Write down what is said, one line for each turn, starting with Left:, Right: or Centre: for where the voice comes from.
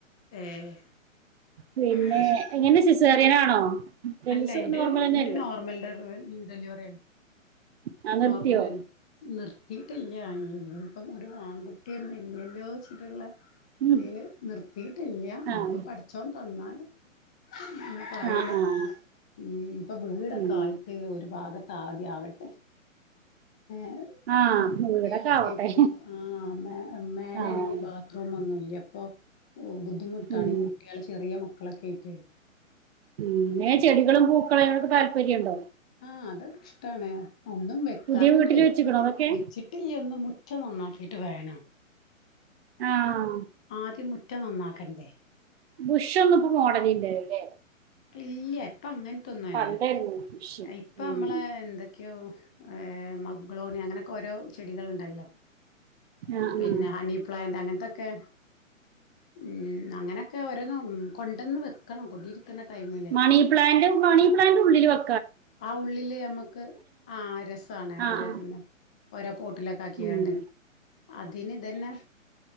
Centre: ഏഹ്
Right: പിന്നെ
Centre: അത് ശരി
Right: എങ്ങനെ സിസേറിയനാണോ വലുത്
Centre: അല്ല ഇന്റെ
Right: നോർമലന്നെയല്ലേ
Centre: ഇന്റെ നോർമൽ ഡെറി ഡെലിവറി ആണ്
Right: ആ നിർത്തിയോ
Centre: നോർമലന്നേ നിർത്തിട്ടില്ല ഇപ്പം ഒരു ആൺകുട്ടിയൊന്നുല്ലല്ലോച്ചിട്ട്ള്ള
Right: ഉം
Centre: ഇതില് നിർത്തിട്ടില്ല്യ ഇന്നിപ്പോ
Right: ആഹ്
Centre: പഠിച്ചോൻ തന്നാല് നമുക്കറിയില്ല
Right: ആഹ് ആഹ്
Centre: ഉം ഇപ്പൊ വീടൊക്കെ
Right: ഉം
Centre: ആയിട്ട് ഒരു ഭാഗത്താദ്യാവട്ടെ ഏഹ്
Right: ആഹ്
Centre: ഏഹ് കുട്ടികളൊക്കേയിട്ടൊ
Right: വീടൊക്കെ ആവട്ടെ
Centre: ആഹ് മേ മേലേണെങ്കി
Right: ആഹ്
Centre: ബാത്ത് ബത്റൂം ഒന്നുല്ല്യപ്പൊ ബുദ്ധിമുട്ടാണ്
Right: ഉം
Centre: ഈ കുട്ട്യാള് ചെറിയ മക്കളൊക്കെയിട്ടെ
Right: ഉം എങ്ങനെ ചെടികളും പൂക്കളും അയിനോടൊക്കെ താല്പര്യം ണ്ടോ
Centre: ആഹ് അതൊക്കെ ഇഷ്ട്ടാണ് ഒന്നും വെക്കാനൊന്നും
Right: പുതിയ വീട്ടില്
Centre: ഒരുക്കി
Right: വെച്ച്ക്കണോ അതൊക്കെ
Centre: വെച്ചിട്ട് ട്ടില്ല്യൊന്നും മുറ്റം നന്നാക്കിട്ട് വേണം
Right: ആഹ്
Centre: ആദ്യം മുറ്റം നന്നാക്കണ്ടേ
Right: ബുഷൊന്നുപ്പോ മോടലില്ലല്ലേ
Centre: ഇല്ല്യ ഇപ്പങ്ങൻത്തൊന്നല്ല
Right: പണ്ടായിരുന്നു ബുഷ്
Centre: ഇപ്പമ്മളെ
Right: ഉം
Centre: എന്തൊക്കെയോ ഏഹ് മഗ്ളോണി അങ്ങനെ ഓരോ ചെടികള്ണ്ടല്ലോ
Right: ആഹ് ആഹ്
Centre: പിന്നെ ഹണിപ്ലാന്റ് അങ്ങനത്തൊക്കെ ഉം അങ്ങനെയൊക്കെ ഓരോന്നും കൊണ്ടന്ന് വെക്കണം കുടിയിരിക്കണ time
Right: money plant money plant ഉള്ളില് വെ
Centre: ആഹ് ഉള്ളില് ഞമ്മക്ക് ആഹ് രസാണ്
Right: ആ
Centre: ഒര
Right: ആ
Centre: ഓരോ പോട്ടിലൊക്കെ ആക്കികാണ്ട്
Right: ഉം
Centre: അതിനിതന്നെ